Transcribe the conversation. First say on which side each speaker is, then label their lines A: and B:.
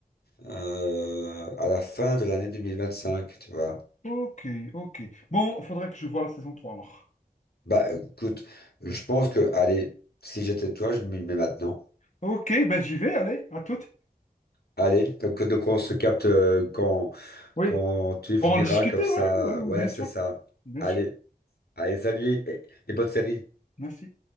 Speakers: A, on the left; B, on the left.
A: euh, à la fin de l'année 2025, tu vois.
B: Ok, ok. Bon, faudrait que je voie la saison 3 alors.
A: Bah écoute, je
B: Hmm.
A: pense que, allez, si j'étais toi, je m'y mets maintenant.
B: Ok, ben j'y vais, allez, à toutes.
A: Allez, que, que- donc on se capte euh, quand,
B: Oui,
A: quand tu
B: pour
A: finiras
B: en discuter,
A: comme ça.
B: ouais, ouais, ouais,
A: Ouais,
B: bien sûr,
A: c'est ça.
B: bien
A: Allez.
B: sûr.
A: Allez, salut, et- les bonnes séries.
B: Merci.